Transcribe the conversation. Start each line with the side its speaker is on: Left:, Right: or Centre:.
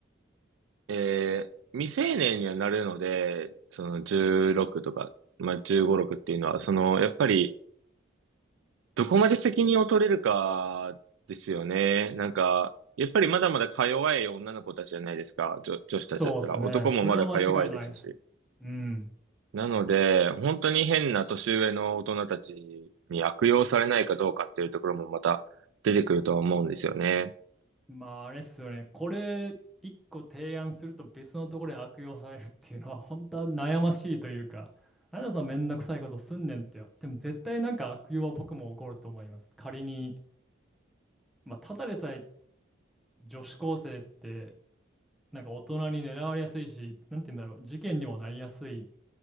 Right: えー未成年にはなるので、その16とか、まあ15、6っていうのは、その、やっぱり、どこまで責任を取れるかですよね。なんか、やっぱりまだまだか弱い女の子たちじゃないですか。女、女子たちだったら。
Centre: そうっすね。
Right: 男もまだか弱いですし。
Centre: それは間違いないっす。うん。
Right: なので、本当に変な年上の大人たちに悪用されないかどうかっていうところもまた出てくるとは思うんですよね。
Centre: まあ、あれっすよね。これ、一個提案すると別のところで悪用されるっていうのは、本当は悩ましいというか、なんでそんなめんどくさいことすんねんってでも絶対なんか悪用は僕も起こると思います。仮に、まあ、ただでさえ女子高生って、なんか大人に狙われやすいし、なんて言うんだろう、事件にもなりやすい、